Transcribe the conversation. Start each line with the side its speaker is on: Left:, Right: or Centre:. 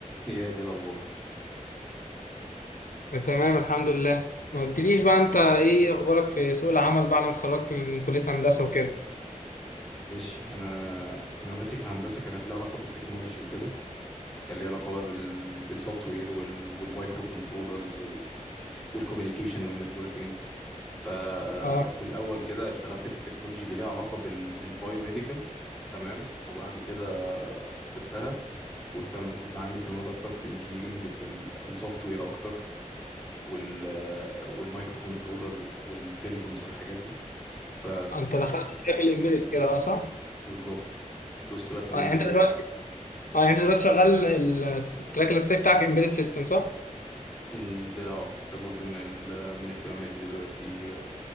Centre: يا دي الأخبار
Left: تمام الحمد لله ما قلتليش بقى انت ايه اخبارك في سوق العمل بعد ما اتخرجت من كلية هندسة وكده
Centre: ماشي أنا اهتماماتي في الهندسة كانت ليها علاقة بالتكنولوجي وكده كان ليها علاقة بقى بال... بالسوفت وير وال... والمايكرو كنترولرز و... والكوميونيكيشن والنتوركينج ففي
Left: اه
Centre: الأول كده اشتغلت في التكنولوجي اللي ليها علاقة بال... بالبايوميديكال تمام وبعد كده سبتها واهتم كنت عندي اهتمامات اكتر في الانجينيرينج في ال... في السوفت وير اكتر وال والمايكرو كنترولرز والسيليكونز والحاجات دي ف
Left: انت دخلت في الامبيدد كده بقى صح
Centre: بالظبط دوست بقى في الامبيدد
Left: اه يعني انت دلوقتي اه يعني انت دلوقتي شغال ال- التراك الاساسي بتاعك امبيدد سيستم صح
Centre: مم، ده اه ده جزء من ال... من اهتماماتي دلوقتي